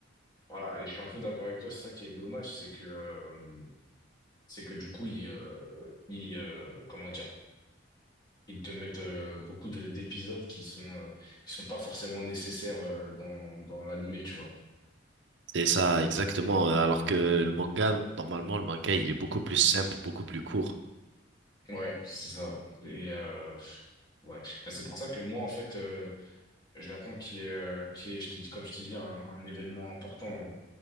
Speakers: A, on the left (about 25°); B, on the right (about 65°).
A: voilà, et je suis un peu d'accord avec toi, c'est ça qui est dommage, c'est que euh, c'est que du coup, ils, euh, ils euh, comment dire, ils te mettent euh, beaucoup de- d'épisodes qui sont euh, qui sont pas forcément nécessaires euh, dans dans l'animé, tu vois.
B: C'est ça, exactement. Alors que le manga, normalement, le manga, il est beaucoup plus simple, beaucoup plus court.
A: Ouais, c'est ça. Et euh, ouais, Bah, c'est pour ça que moi, en fait, euh, J'attends qu'il y ait, euh, qu'il y ait, je t'ai dit, comme je t'ai dit, un, un événement important dans,